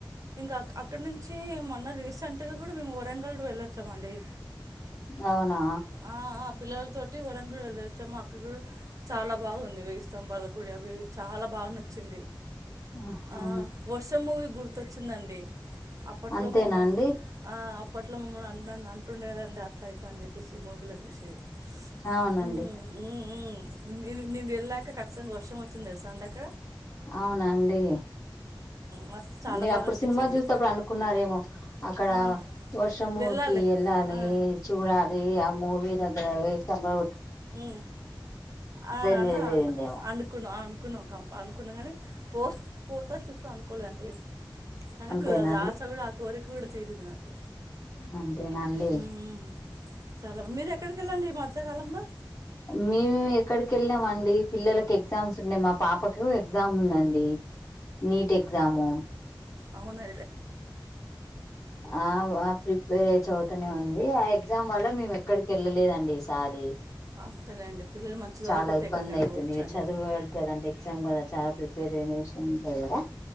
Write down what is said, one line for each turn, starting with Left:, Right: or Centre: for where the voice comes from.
Right: ఇంకా అక్ అక్కడి నుంచి మ న రీసెంట్ గా కూడా మేము వరంగల్ వెళ్ళొచ్చామండి.
Left: అవునా
Right: ఆ ఆ పిల్లల తోటి వరంగ గల్ వెళ్ళొచ్చామో అక్కడ కూడా చాలా బావుంది. వేయి స్తంభాల గుడి అవి చాలా బాగా నచ్చింది.
Left: ఆహా
Right: ఆ వర్షం మూవి గుర్ ర్తుచ్చిందండి. అప్పట్లో
Left: అంతేనా
Right: మము
Left: అండి
Right: ఆ అప్పట్లో మమ్మల్ని అం అంటుండేదండి అట్లా ఇట్ అని చెప్పి పిసి మూవీ లేద్ సి
Left: అవునండి
Right: హ్మ్ హ్మ్ న్ న్ నేను ఎళ్ళాక ఖచ్చితంగా వర్షం వచ్చింది తెలుసా అండిక
Left: అవునా అండి.
Right: మస్తు చాలా
Left: మీరు
Right: బాగా
Left: అప్పుడు
Right: అనిపించింది
Left: సినిమా చూస్తప్పుడు అనుకున్నారేమో అక్కడ
Right: ఆ
Left: వర్షముకి
Right: వెళ్ళాలి
Left: వెళ్ళాలి
Right: ఆ
Left: చూడా యి ఆ మూవీ వెయ్యి స్తంభా
Right: ఉ ఆ అన్నా
Left: నెరవేరిందేమో
Right: అన్న అండుకునావ్ అనుకునవ్ కం అనుకున్నాం గాని పో పోతా చెప్పి అనుకోలేండి కనుకు
Left: అంతేనా
Right: అది ఆసా కూడా ఆ కోరిగుడ్ తిరిదు నాకు
Left: అంతేనండి
Right: ఉమ్, చాలా మీరు ఎక్కడికి వెళ్ళండి ఈ మధ్యకాలంలో
Left: మేము ఎక్కడికి వెళ్నామ అండి పిల్లలకి ఎగ్జామ్స్ ఉండే మా పాపకు ఎగ్జామ్ ఉందండి నీట్ ఎగజాము
Right: అవును
Left: ఆ బా ప్రిపేర్ అయి చ అవుతానే ఉంది ఆ ఎగ్జామ్ వల్ల మేము ఎక్కడికి వెళ్ళలేదండి సారి
Right: అంతేలేండి పిల్లలు మంచిగా
Left: చాలా
Right: చదువుకుంటే
Left: ఇబ్బంది
Right: ఎక్కడికైనా
Left: అయితుంది
Right: పోవచ్చండి
Left: ఇ చదువు వాళ్ళు కదంటే ఎగ్జామ్ కదా చాలా ప్రిపర్ పేరేనేషన్ దగర